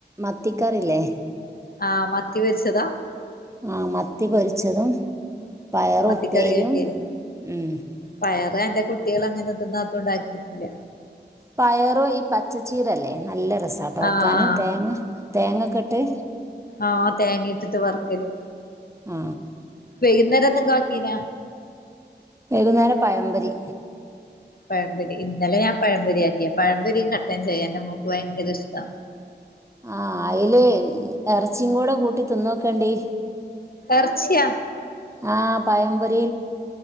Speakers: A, on the right (about 15°); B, on the left (about 55°).
A: മത്തിക്കറില്ലേ.
B: ആ മത്തി പോരിച്ചതാ.
A: ആ മത്തിപൊരിച്ചതും പയറ്
B: മത്തിക്കറിയാക്കിയത്
A: ഉപ്പേരിയും ഉം.
B: പയറ് എന്റെ കുട്ടികള് അങ്ങനെ തിന്നാതോണ്ടാക്കിയിട്ടില്ല.
A: പയറും ഈ പച്ചച്ചീരയല്ലേ നല്ല രസാട്ടോവെക്കാന്
B: ആഹ് ആഹ്
A: തേങ്ങ തേങ്ങക്കെ ഇട്ട്.
B: ആ തേങ്ങയിട്ടിട്ട് വർക്കല്.
A: ആ
B: വൈകുന്നേരന്തെങ്കും ആക്കീനാ.
A: വൈകുന്നേരം പയമ്പരീ.
B: പഴംമ്പൊരി ഇന്നലെ ഞാൻ പഴംമ്പൊരിയാക്കിയേ പയംമ്പൊരിം കട്ടൻ ചായേം എന്റെ മോക്ക് ഭയങ്കരിഷ്ട്ടാ.
A: ആ അയിലെ ഇറച്ചിയും കൂടെകൂട്ടി തിന്നോക്കണ്ടി.
B: എർച്ച്യാ
A: ആഹ പയപോരി